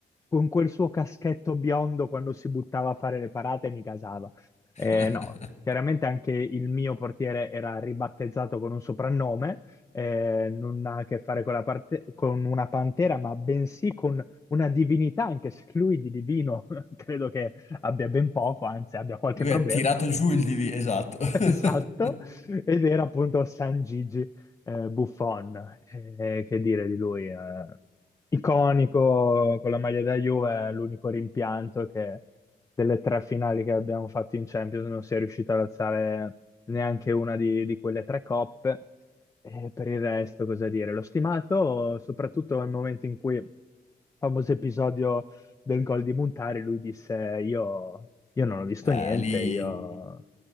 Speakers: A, on the left; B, on the left.
A: con quel suo caschetto biondo quando si buttava a fare le parate mi casava. Eh,
B: <laughs>
A: no, chiaramente anche il mio portiere era ribattezzato con un soprannome, eh, non ha a che fare con la parte- con una pantera, ma bensì con una divinità, anche se lui di divino <laughs> credo che abbia ben poco, anzi abbia qualche
B: Lui
A: problema.
B: ha tirato giù il DV, esatto.
A: <laughs>
B: <laughs>
A: Esatto, ed era appunto San Gigi eh, Buffon, Eh, che dire di lui, eh, iconico con la maglia da Juve, l'unico rimpianto è che delle tre finali che abbiamo fatto in Champions non si è riuscito ad alzare neanche una di, di quelle tre coppe, Eh, per il resto cosa dire, l'ho stimato soprattutto nel momento in cui, famoso episodio del gol di Montari, lui disse: Io, io non ho visto
B: Eh,
A: niente,
B: lì...
A: io.